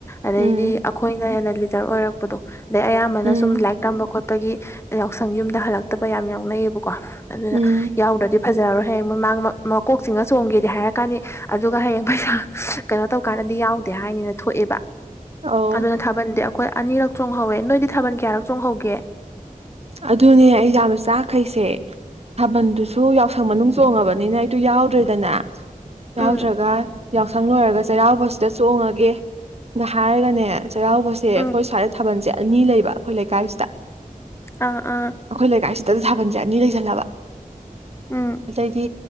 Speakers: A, on the left; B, on the right.
A: ꯑꯗꯩꯗꯤ
B: ꯎꯝ
A: ꯑꯩꯈꯣꯏꯅ ꯍꯦꯟꯅ ꯂꯤꯗꯔ ꯑꯣꯏꯔꯛꯄ ꯗꯣ ꯑꯗꯩ ꯑꯌꯥꯝꯕꯅ
B: ꯎꯝ
A: ꯁꯨꯝ ꯂꯥꯏꯔꯤꯛ ꯇꯝꯕ ꯈꯣꯠꯄꯒꯤ ꯌꯥꯎꯁꯪ ꯌꯨꯝꯗ ꯍꯜꯂꯛꯇꯕ ꯌꯥꯝꯅ ꯌꯥꯎꯅꯩꯌꯦꯕ ꯀꯣ ꯑꯗꯨꯅ
B: ꯎꯝ
A: ꯌꯥꯎꯗꯗꯤ ꯐꯖꯔꯣꯏ ꯍꯌꯦꯡ ꯃꯃꯥꯡ ꯃꯀꯣꯛ ꯆꯤꯡꯉ ꯆꯣꯡꯒꯦꯗꯤ ꯍꯥꯏꯔꯛꯀꯥꯅꯤ ꯑꯗꯨꯒ ꯍꯌꯦꯡ ꯄꯩꯁꯥ ꯀꯩꯅꯣ ꯇꯧꯀꯥꯟꯗꯗꯤ ꯌꯥꯎ ꯍꯥꯏꯅꯤꯅ ꯊꯣꯛꯑꯦꯕ
B: ꯑꯧ
A: ꯑꯗꯨꯅ ꯊꯥꯕꯜꯗꯤ ꯑꯩꯈꯣꯏ ꯑꯅꯤꯔꯛ ꯆꯣꯡꯍꯧꯋꯦ ꯅꯣꯏꯗꯤ ꯊꯥꯕꯜ ꯀꯌꯥꯔꯛ ꯆꯣꯡꯍꯧꯒꯦ
B: ꯑꯗꯨꯅꯦ ꯑꯩ ꯌꯥꯝꯅ ꯆꯥꯈꯩꯁꯦ ꯊꯥꯕꯜꯗꯨꯁꯨ ꯌꯥꯎ ꯌꯥꯎꯁꯪ ꯃꯅꯨꯡ ꯆꯣꯡꯉꯕꯅꯤꯅ ꯑꯩꯗꯣ ꯌꯥꯎꯗ꯭ꯔꯦꯗꯅ ꯌꯥꯎꯗ꯭ꯔꯒ
A: ꯎꯝ
B: ꯌꯥꯎꯁꯪ ꯂꯣꯏꯔꯒ ꯆꯩꯔꯥꯎꯕꯁꯤꯗ ꯆꯣꯡꯉꯒꯦ ꯅ ꯍꯥꯏꯔꯒꯅꯦ ꯆꯩꯔꯥꯎꯕꯁꯦ ꯑꯩꯈꯣꯏ
A: ꯎꯝ
B: ꯁ꯭ꯋꯥꯏꯗ ꯊꯥꯕꯜꯁꯦ ꯑꯅꯤ ꯂꯩꯕ ꯑꯩꯈꯣꯏ ꯂꯩꯀꯥꯏꯁꯤꯗ
A: ꯑꯥ ꯑꯥ
B: ꯑꯩꯈꯣꯏ ꯂꯩꯀꯥꯏꯁꯤꯗ ꯊꯥꯕꯜꯁꯦ ꯑꯅꯤ ꯂꯩꯁꯜꯂꯕ
A: ꯎꯝ
B: ꯑꯗꯩꯗꯤ